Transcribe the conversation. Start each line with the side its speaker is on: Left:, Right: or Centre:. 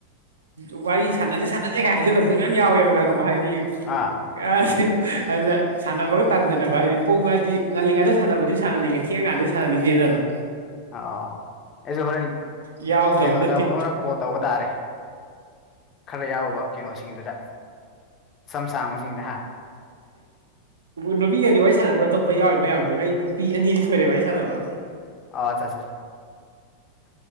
Right: ꯎ ꯋꯥꯔꯤ ꯁꯥꯟꯅꯖꯦ ꯁꯥꯟꯅꯖꯦ ꯀꯥꯏ ꯍꯥꯏꯖꯤꯜ ꯂꯛꯄꯁꯨ ꯃꯌꯥꯝ ꯌꯥꯎꯋꯦꯕ ꯈꯪꯉꯕ ꯍꯥꯏ <unintelligible>
Left: ꯑꯥ
Right: ꯑꯗꯨꯅ ꯁꯥꯟꯅꯕꯒ ꯇꯟꯗꯅꯀꯣ ꯍꯥꯏꯗꯤ ꯄꯨꯡ ꯍꯥꯏꯗꯤ ꯉꯜꯂꯤꯉꯩꯗ ꯁꯥꯟꯅꯕꯗꯤ ꯁꯥꯟꯅꯅꯤꯡꯉꯦ ꯊꯦꯡꯉ ꯀꯥꯟꯗꯗꯤ ꯁꯥꯟꯅ ꯅꯤꯡꯗꯦꯗꯅ
Left: ꯑ ꯑꯣ ꯑꯩꯁꯨ ꯍꯣꯔꯦꯟ
Right: ꯌꯥꯎꯗꯕ
Left: ꯀꯩꯅꯣꯗ
Right: ꯅꯠꯇꯦ
Left: ꯑꯃꯛ ꯀꯣꯜ ꯇꯧꯕ ꯇꯥꯔꯦ ꯈꯔ ꯌꯥꯎꯕ ꯀꯩꯅꯣꯁꯤꯡꯗꯨꯗ ꯁꯝ ꯁꯥꯡꯕꯁꯤꯡꯗ ꯍꯥ
Right: ꯅꯨꯄꯤꯒꯗꯤ ꯋꯥꯔꯤ ꯁꯥꯟꯅꯗ꯭ꯔꯣ ꯑꯇꯣꯞꯄ ꯂꯄ ꯌꯥꯎꯔꯤ ꯃꯌꯥꯝꯗꯨꯒ ꯑꯩ ꯅꯨꯄꯤ ꯑꯅꯤꯗꯤ ꯁꯣꯏꯔꯦꯕ ꯋꯥꯔꯤ ꯁꯥꯟꯅꯕ
Left: ꯑ ꯑꯠꯆꯥ